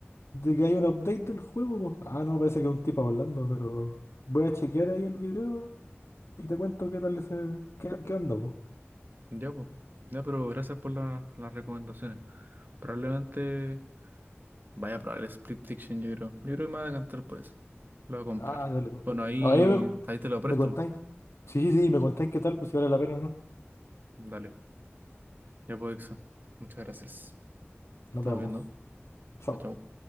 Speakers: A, on the left (about 75°); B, on the right (about 45°).
A: De que hay un update del juego, po. Ah, no, parece que es un tipo hablando, pero voy a chequear ahí el video y te cuento qué tal ese. ¿Qué, qué onda, po.
B: ya, pues. Ya, pero gracias por la- las recomendaciones. Probablemente vaya a probar el Split Fiction, yo creo. Yo creo que me voy a cantar por eso. Lo voy a comprar.
A: Ah, dale, po.
B: Bueno, ahí,
A: Ahí me,
B: ahí te lo presto.
A: me contáis. Sí, sí, sí, me contáis qué tal, pues si vale la pena o no.
B: Dale. Ya puedo, Ixo. Muchas gracias. Nos estamos
A: Nos vemos.
B: viendo.
A: Chao.
B: Chao, chao.